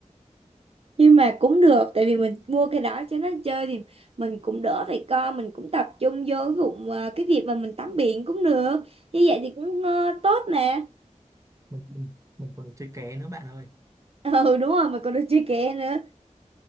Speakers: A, on the right; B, on the right.
A: nhưng mà cũng được tại vì mình mua cái đó cho nó chơi thì mình cũng đỡ phải co mình cũng tập trung vô cái, vụ, à, cái việc mà mình tắm biển cũng được như vậy thì cũng ờ, tốt mà
B: mình mình mình còn được chơi ké nữa bạn ơi
A: <laughs> ừ đúng rồi mà còn được chơi kè nữa